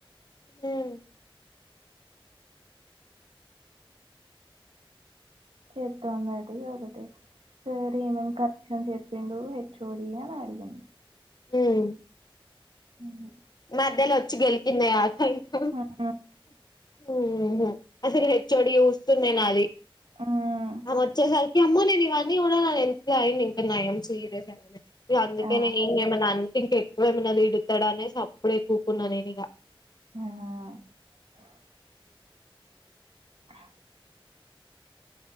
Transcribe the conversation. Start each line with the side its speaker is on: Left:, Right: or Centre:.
Left: ఉమ్
Right: చెత్తందట ఇగొకటి సరే మేం కట్ క్వశ్చన్స్ చెపిండు హెచ్చోడి అని అడిగింది
Left: ఉమ్
Right: "ఉమ్, చెప్పింది
Left: మధ్యలో వచ్చి గెలు కిందే ఆలు హయ్యో
Right: "ఉమ్,
Left: ఊ అసలు హెచ్ ఓ డి చూస్తుండే నాది
Right: ఉమ్,
Left: అ వచ్చేసర్ ఏమ్మో నేను ఇవన్నీ యూడా కదా ఎంతో ఐండు ఇంకా నయం సీరియస్ గా అనలే ఇగో అందుకే
Right: ఆ,
Left: నేన్ ఇంగెమనన్ ఇంక ఎక్కువ ఏమై నా దిడతడనే సప్ ప్పుడే కూకున్నా నేను ఇగా
Right: ఆ